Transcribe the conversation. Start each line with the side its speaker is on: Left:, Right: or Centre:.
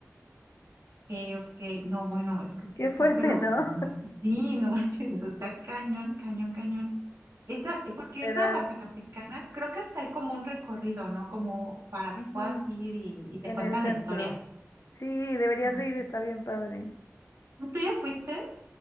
Right: Ok, ok. No, bueno, es que sí
Left: Qué
Right: está,
Left: fuerte,
Right: pero
Left: ¿no?
Right: no manches, <laughs> sí, no manches, eso está cañón, cañón, cañón. Esa, eh,
Left: <laughs>
Right: porque
Left: Literal.
Right: esa de la Zacatecana, creo que hasta hay como un recorrido, ¿no? Como para que
Left: Ujú,
Right: puedas ir y, y te
Left: En
Right: cuentan
Left: el centro.
Right: la historia.
Left: Sí, deberías
Right: Ah,
Left: de ir, está bien padre.
Right: ¿no? ¿tú ya fuiste?